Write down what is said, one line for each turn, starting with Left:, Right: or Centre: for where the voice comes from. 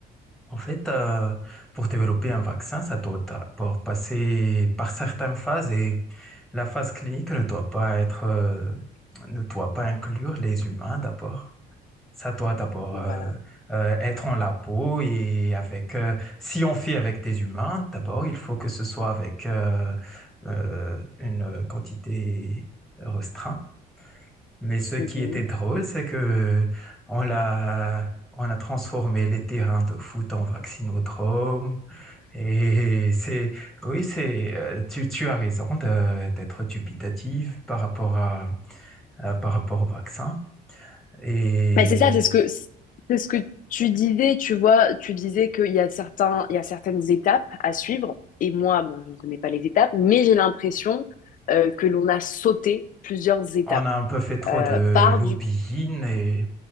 Centre: En fait, euh, pour développer un vaccin, ça doit ta- pour passer par certaines phases et la phase clinique ne doit pas être, euh, ne doit pas inclure les humains d'abord. Ça doit d'abord
Left: Voilà.
Centre: euh, euh, être en la peau et avec, euh, si on fait avec des humains, d'abord, il faut que ce soit avec euh, euh, une quantité restreinte mais ce qui
Left: Mhm.
Centre: était drôle, c'est que on l'a, on a transformé les terrains de foot en vaccinodrome. Et c'est, oui, c'est, euh, tu, tu as raison de- d'être dubitative par rapport à, à- par rapport au vaccin. Et
Left: Mais c'est ça, c'est ce que c'est ce que tu disais, tu vois, tu disais qu'il y a certains, il y a certaines étapes à suivre. Et moi, bon, je ne connais pas les étapes, mais j'ai l'impression euh, que l'on a sauté plusieurs étapes.
Centre: on a un peu fait trop
Left: Euh,
Centre: de
Left: par
Centre: lobbying
Left: du
Centre: et